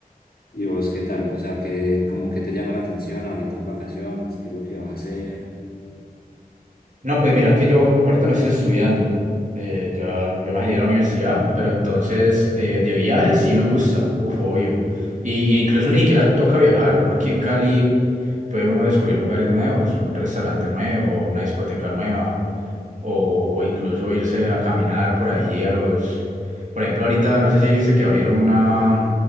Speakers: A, on the left; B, on the right.
A: ¿Y vos qué tal? O sea, que como que te llama la atención ahorita en vacaciones, ¿qué es lo que vas a hacer?
B: No, pues mira que yo ahorita no estoy estudiando. Eh, ya yo me salí de la universidad, pero entonces eh, de viajes sí me gusta, uf, obvio. Y, y incluso ni siquiera toca viajar. Uno aquí en Cali puede uno descubrir lugares nuevos, un restaurante nuevo, una discoteca nueva, o, o incluso irse a caminar por ahí a los. Por ejemplo, ahorita no sé si viste que abrieron una